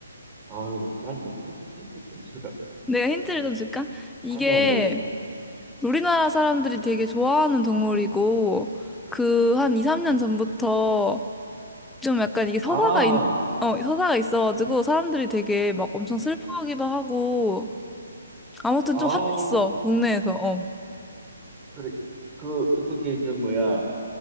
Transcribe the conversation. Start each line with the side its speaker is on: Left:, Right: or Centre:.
Right: 아유, 잘 모르겠다. 힌트 좀 주라.
Centre: 내가 힌트를
Right: 아유,
Centre: 좀 줄까? 이게
Right: 감이 안 잡히나.
Centre: 우리나라 사람들이 되게 좋아하는 동물이고, 그 한 2, 3년 전부터 좀 약간 이게 서사가,
Right: 아,
Centre: 있, 어, 서사가 있어가지고 사람들이 되게 막 엄청 슬퍼하기도 하고, 아무튼
Right: 아,
Centre: 좀 핫했어, 국내에서. 어.
Right: 그래. 그, 어떻게, 저, 뭐야.